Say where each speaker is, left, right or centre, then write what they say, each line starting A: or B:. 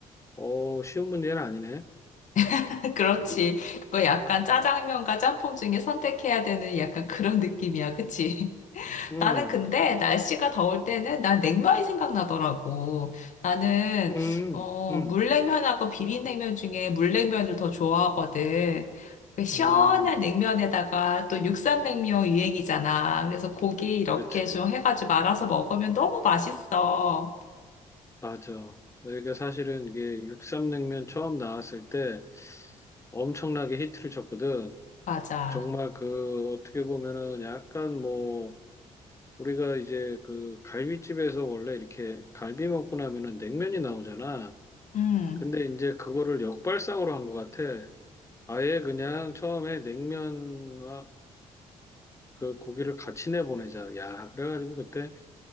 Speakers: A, on the left; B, on the left.
A: 어, 쉬운 문제는 아니네.
B: <laughs> 그렇지. 그거 약간 짜장면과 짬뽕 중에 선택해야 되는 약간 그런 느낌이야. 그치?
A: 음,
B: 나는 근데 날씨가 더울 때는 난 냉면이 생각나더라고. 나는
A: 음,
B: 어,
A: 음,
B: 물냉면하고 비빔냉면 중에 물냉면을 더 좋아하거든. 그 시원한
A: 음,
B: 냉면에다가 또 육삼냉면 유행이잖아. 그래서 고기 이렇게
A: 그렇지.
B: 좀 해가지고 말아서 먹으면 너무 맛있어.
A: 맞아. 내가 사실은 이게 육삼냉면 처음 나왔을 때 엄청나게 히트를 쳤거든.
B: 맞아.
A: 정말 그 어떻게 보면은 약간 뭐 우리가 이제 그 갈비집에서 원래 이렇게 갈비 먹고 나면은 냉면이 나오잖아.
B: 음.
A: 근데 이제 그거를 역발상으로 한 것 같아. 아예 그냥 처음에 냉면과 그 고기를 같이 내보내자. 야, 그래가지고 그때